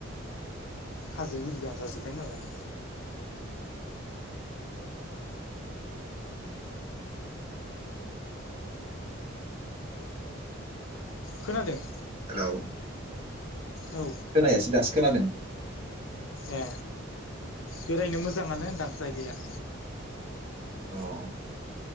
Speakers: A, on the left (about 85°); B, on the right (about 30°).
A: हाजो एरिया जाजोब्बाय नालाय खोनादों।
B: हेलौ
A: औ
B: खोनायासै दाससि खोनादों
A: ए बेरायनो मोजाङानो होनदां जायगाया
B: औ बेसेबांसो